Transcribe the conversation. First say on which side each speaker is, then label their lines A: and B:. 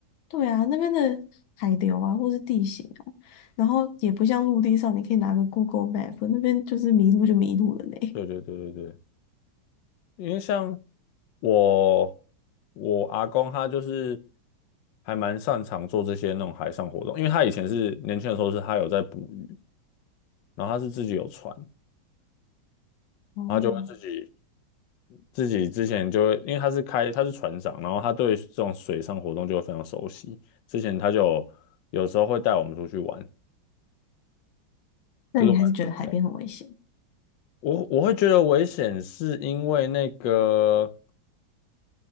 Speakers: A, on the left; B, on the left.
A: 对啊，那边的海流啊，或是地形啊，然后也不像陆地上，你可以拿个 Google Map，那边就是迷路就迷路了呢。
B: 对对对对对，因为像我我阿公他就是还蛮擅长做这些那种海上活动，因为他以前是年轻的时候是他有在捕鱼，然后他是自己有船，然
A: 哦
B: 后他就会自己。
A: <laughs>
B: 自己之前就会，因为他是开他是船长，然后他对这种水上活动就会非常熟悉。之前他就有时候会带我们出去玩，
A: 那你还是觉得海边很危险？
B: 就是玩水上。我我会觉得危险，是因为那个